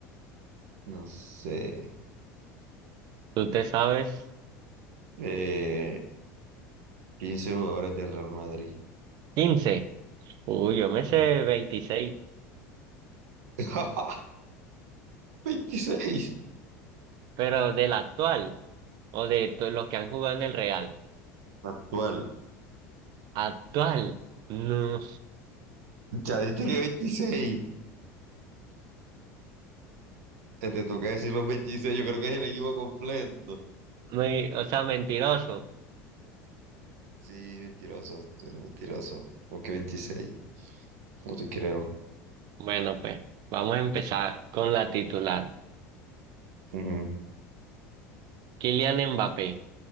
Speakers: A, on the right; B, on the right.
A: no sé,
B: ¿Tú te sabes
A: eh, 15 jugadores de Real Madrid.
B: quince, Uy, yo me
A: Ajá.
B: sé veintiséis,
A: <laughs> veintiséis
B: pero del actual o de to- los que han jugado en el Real.
A: Actual.
B: Actual, no,
A: Ya diste que veintiséis Te, te toca decir los veintiséis Yo creo que es el equipo completo.
B: muy, o sea, mentiroso.
A: Sí, mentiroso. Tú eres mentiroso. ¿Cómo que 26? No te creo.
B: Bueno, pues vamos a empezar con la titular.
A: Ujú.
B: Kylian Mbappé,